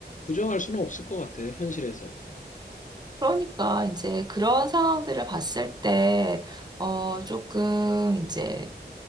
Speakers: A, on the left; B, on the right.
A: 부정할 수는 없을 것 같아 현실에서.
B: 그러니까 이제 그런 상황들을 봤을 때, 어, 조금 이제,